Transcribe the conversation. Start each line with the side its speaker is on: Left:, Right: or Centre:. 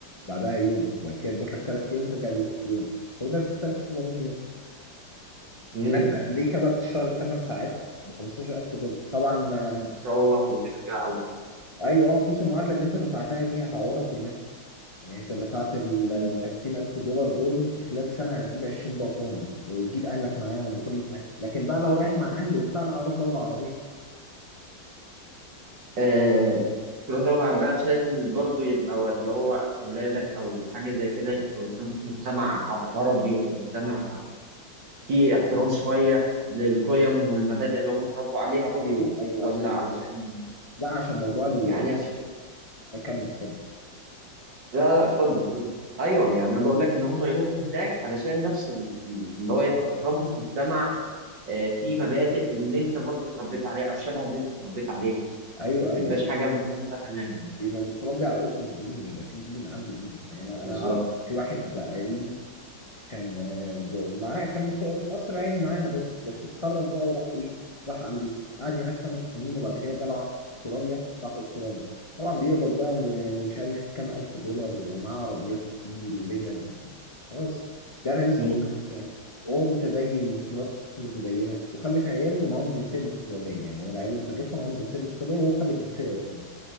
Left: بعدها يوم وبعد كده تبات لك 3 ايام وترجع بيتك يوم كل ده ب 6700 جنيه
Right: امم
Left: هناك في امريكا بقى بتشتغل 8 ساعات ب 15000 دولار طبعا آه،
Right: وتروح وترجع
Left: ايوه اه فلوس المعادله اللي انت دفعتها دي هتعوضها كلها يعني انت دفعت ال
Right: مم.
Left: 30000 دولار دول في خلال سنه هتجيب 20 ضعفهم وتجيب اهلك معاهم وكل حاجه لكن بقى لو رايح مع اهلي وبتاع لا اروح دوله عربيه
Right: آه، تروح دولة عربية عشان برضو يبقى اللي هو ولادك أو حاجة زي كده يبقوا بيتربوا في مجتمع ع- عربي أو مجتمع فيه احترام شوية للقيم والمبادئ اللي هم اتربوا عليها برضو
Left: ايوه ايوه
Right: ولا
Left: عشان
Right: علشان
Left: لا عشان موضوع اللي
Right: يعني عشان
Left: اكمل اتفضل
Right: لا لا اتفضل اتفضل أيوه يعني أنا بقول لك إن هم يروحوا هناك علشان نفس ال- ال- اللي هو يبقى اتربوا في مجتمع آه، فيه مبادئ اللي أنت برضو اتربيت عليها أو شبه اللي أنت اتربيت عليها
Left: ايوه ايوه
Right: ما يبقاش حاجة مختلفة تماما يعني.
Left: يبقى متربي على اسس دين يبقى في دين عنده دين يعني انا
Right: بالظبط
Left: أنا اعرف في واحد قريبي كان آه، د- معاه كان في في القصر العيني معانا برضه بس اتخرج بقى وراح ايه راح امريكا قعد هناك خمس سنين وبعد كده جاله عقد في استراليا راح استراليا طبعا بيقبض بقى م- مش عارف كام الف دولار ومعاه عربيات كتير وفيلل مش عارف خلاص ده نبيس
Right: مم.
Left: كويس يعني وهو متدين ومراته ست متدينه وخلف عيال ومعاهم الجنسيه الاستراليه يعني هو العيال اللي خلفها معاهم الجنسيه الاستراليه وهو خد الجنسيه